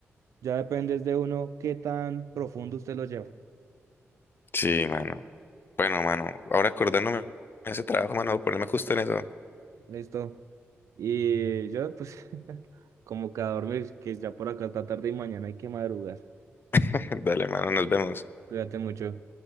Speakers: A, on the right (about 80°); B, on the left (about 45°).
A: Ya depende de uno qué tan profundo usted lo lleva.
B: sí, mano. Bueno, mano, ahora acordándome de ese trabajo, mano, voy a ponerme justo en eso.
A: Listo. Y yo, pues, <laughs> como que a dormir, que ya por acá está tarde y mañana hay que madrugar.
B: <laughs> Dale, mano, nos vemos.
A: Cuídate mucho.